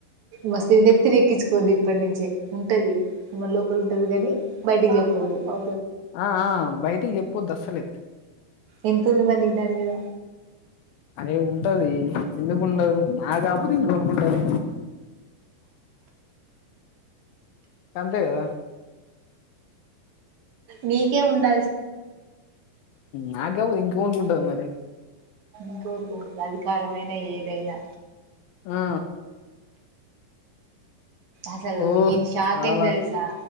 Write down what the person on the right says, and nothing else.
మస్త నెత్తిని ఎక్కించుకోవద్దు ఇప్పటి నుంచే ఉంటది మ మ లోపల ఉంటది కానీ బయటికి చెప్పొద్దు అ
ఎంతు ఉంది మరి నీకు దాని మీద
మీకే ఉంది
ఇకురుకు ఉంటది అధికారమైన ఏదైనా
అసలు
నేను షాక్
అయిన తెలుసా